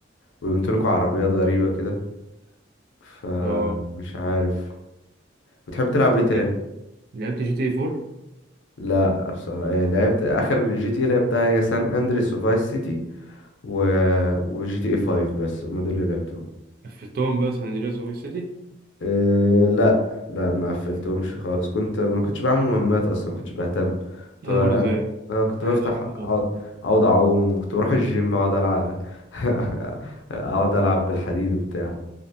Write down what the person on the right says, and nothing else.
اه
لعبت
لعبت جي تي 4
قفلتهم بقى سان أندرياس وفيس سيتي
أنا
برضه زيك
عايز
أقفلهم